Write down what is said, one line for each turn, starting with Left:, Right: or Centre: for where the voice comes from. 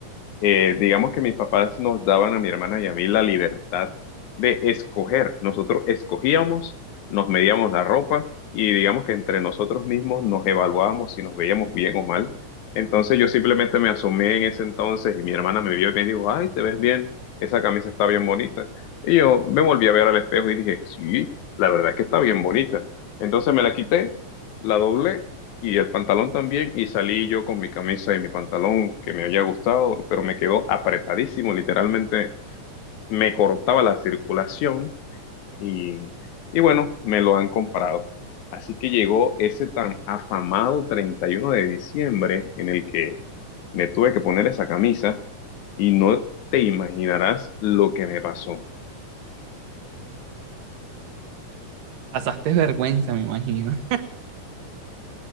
Left: eh, digamos que mis papás nos daban a mi hermana y a mí la libertad de escoger. Nosotros escogíamos, nos medíamos la ropa y digamos que entre nosotros mismos nos evaluábamos si nos veíamos bien o mal. Entonces yo simplemente me asomé en ese entonces y mi hermana me vio y me dijo, ay, te ves bien, esa camisa está bien bonita. Y yo me volví a ver al espejo y dije, sí, la verdad es que está bien bonita. Entonces me la quité, la doblé y el pantalón también, y salí yo con mi camisa y mi pantalón que me había gustado, pero me quedó apretadísimo, literalmente me cortaba la circulación y, y bueno, me lo han comprado. Así que llegó ese tan afamado 31 de diciembre en el que me tuve que poner esa camisa y no te imaginarás lo que me pasó.
Right: Pasaste vergüenza, me imagino.